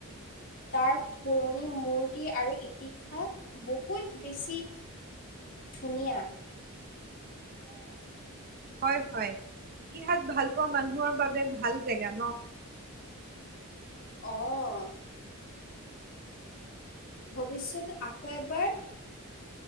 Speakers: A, on the left (about 65°); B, on the right (about 40°).
A: তাৰ
B: উম,
A: পুৰণি মূৰ্তি আৰু ইতিহাস বহুত বেছি ধুনীয়া।
B: অ' হয়-হয় ইতিহাস ভাল পোৱা মানুহৰ বাবে ভাল জেগা ন'।
A: অ' ভৱিষ্যত আকৌ এবাৰ